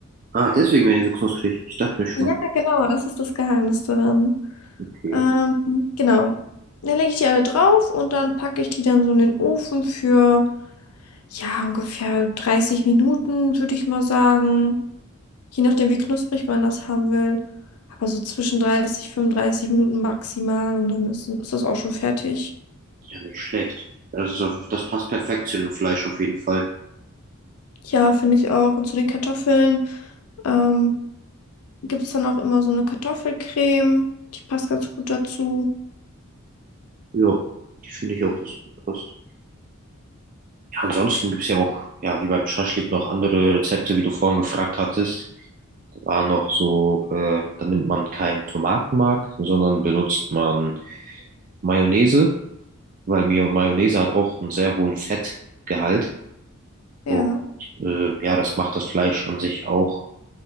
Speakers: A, on the right; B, on the left.
A: Ah, deswegen werden die so knusprig. Ich dachte mir schon,
B: Ja, genau, das ist das Geheimnis daran.
A: okay.
B: Ähm, genau. Dann lege ich die alle drauf und dann packe ich die dann so in den Ofen für Ja, ungefähr 30 Minuten, würde ich mal sagen. Je nachdem, wie knusprig man das haben will. Aber so zwischen 30, 35 Minuten maximal und dann ist, ist das auch schon fertig.
A: Ja, nicht schlecht. Ja, Das ist auf, das passt perfekt zu dem Fleisch auf jeden Fall.
B: Ja, finde ich auch. Und zu den Kartoffeln ähm, gibt es dann auch immer so eine Kartoffelcreme. Die passt ganz gut dazu.
A: Ja, die finde ich auch, dass die gut passt. Ja, ansonsten gibt es ja auch, ja, wie beim Schaschlik noch andere Rezepte, wie du vorhin gefragt hattest. Da war noch so, äh, da nimmt man keinen Tomatenmark, sondern benutzt man Mayonnaise, weil Mio- Mayonnaise hat auch einen sehr hohen Fettgehalt. Und
B: Ja,
A: äh, ja, das macht das Fleisch an sich auch,